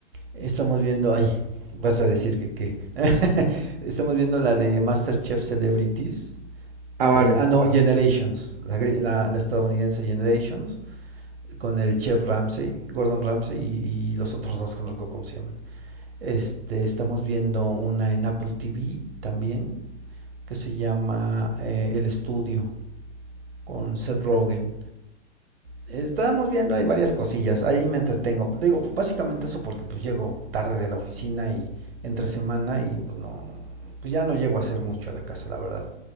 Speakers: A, on the right; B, on the right.
A: Estamos viendo, ay, vas a decir que qué. <laughs> estamos viendo la de MasterChef Celebrities.
B: Ah, vale.
A: Es- ah, no,
B: Ah,
A: Generations, la, gri- la, la estadounidense Generations con el chef Ramsay Gordon Ramsay y, y los otros dos que no recuerdo cómo se llaman. Este, estamos viendo una en Apple TV también que se llama eh, El Estudio con Seth
B: ok.
A: Rogen.
B: <laughs>
A: Estábamos viendo hay varias cosillas, ahí me entretengo. Digo, básicamente eso porque pues llego tarde de la oficina y entre semana y pues no pues ya no llego a hacer mucho a la casa, la verdad.